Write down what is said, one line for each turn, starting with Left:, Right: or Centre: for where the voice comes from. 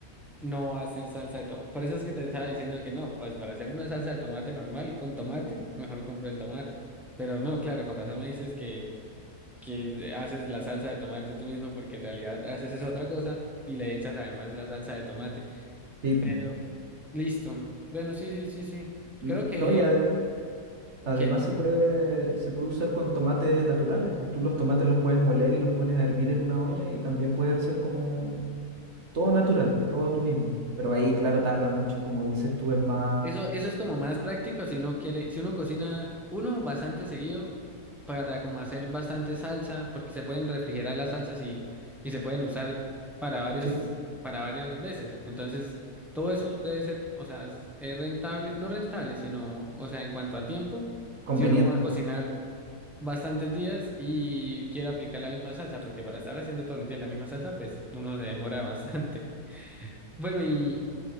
Centre: no va a ser salsa de tomate. Por eso es que te estaba diciendo que no, pues para hacer una salsa de tomate normal con tomate, mejor compro el tomate. Pero no, claro, con razón me dices que, que haces la salsa de tomate tú mismo, porque en realidad haces es otra cosa y le echas además la salsa de tomate.
Right: sí.
Centre: Pero, listo. Bueno, sí, sí, sí, sí.
Right: mm,
Centre: Creo que,
Right: No, y, a- Además
Centre: que
Right: se puede, se puede usar con tomates naturales, pues tú los tomates los puedes moler y los pones a hervir en una olla y también puedes hacer como todo natural, pues, todo tú mismo. Pero ahí, claro, tarda mucho, como dices tú, es más
Centre: eso, eso es como más práctico si uno quiere, si uno cocina uno bastante seguido para como hacer bastante salsa, porque se pueden refrigerar las salsas y, y se pueden usar para varias,
Right: sí, pues,
Centre: para varias veces. Entonces, todo eso debe ser, o sea, es es rentable, no rentable, sino, o sea, en cuanto a tiempo,
Right: conveniente.
Centre: si uno va a cocinar.
Right: sí.
Centre: bastantes días y quiero aplicar la misma salsa, porque para estar haciendo todos los días la misma salsa, pues uno se demora bastante. <laughs> Bueno, y,